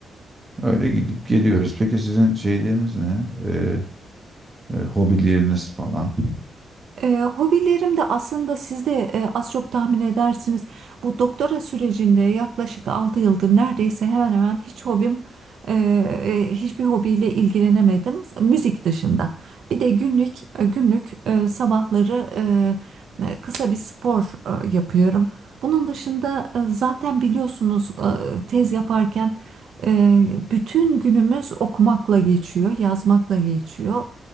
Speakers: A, on the right; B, on the right.
A: Öyle gidip geliyoruz. Peki sizin şeyleriniz ne? Ee, e, hobileriniz falan.
B: E, hobilerim de aslında siz de e, az çok tahmin edersiniz. Bu doktora sürecinde yaklaşık 6 yıldır neredeyse hemen hemen hiç hobim e, e, hiçbir hobiyle ilgilenemedim. Müzik dışında. Bir de günlük e, günlük e, sabahları e, e, kısa bir spor e, yapıyorum. Bunun dışında e, zaten biliyorsunuz e, tez yaparken e, bütün günümüz okumakla geçiyor, yazmakla geçiyor.